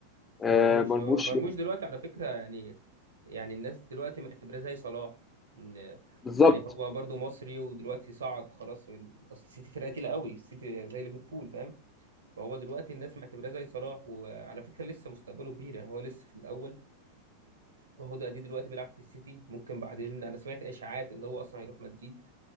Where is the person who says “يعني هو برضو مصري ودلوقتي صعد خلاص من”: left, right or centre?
Right